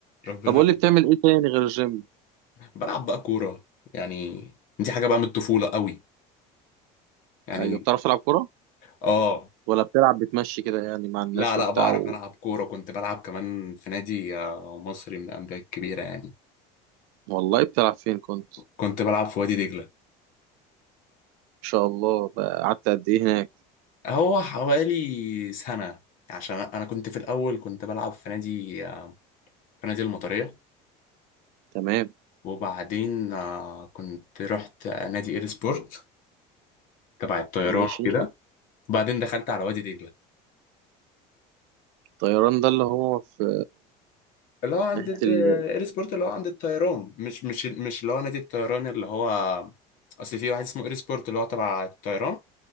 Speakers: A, on the left; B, on the right.
A: ربنا
B: طب قول
A: يخليك.
B: لي بتعمل ايه تاني غير الجيم
A: بلعب بقى كورة يعني دي حاجة بقى من الطفولة قوي يعني
B: ايوه بتعرف تلعب كوره
A: اه
B: ولا بتلعب بتمشي كده يعني مع الناس
A: لا لا
B: وبتاع
A: بعرف
B: و...
A: ألعب كورة كنت بلعب كمان في نادي آه، مصري من الأندية الكبيرة يعني
B: والله بتلعب فين كنت ما
A: كنت بلعب في وادي دجلة
B: شاء الله بقى قعدت قد ايه هناك
A: هو حوالي سنة عشان أنا كنت في الأول كنت بلعب في نادي آه، في نادي المطرية
B: تمام
A: وبعدين آه، كنت رحت آه، نادي إير سبورت تبع الطيران
B: ماشي
A: وكده وبعدين دخلت على وادي دجلة
B: الطيران ده اللي هو في
A: اللي هو عند
B: ناحيه
A: آه،
B: ال...
A: إير سبورت اللي هو عند الطيران مش مش مش اللي هو نادي الطيران اللي هو أصل في واحد اسمه إير سبورت اللي هو تبع الطيران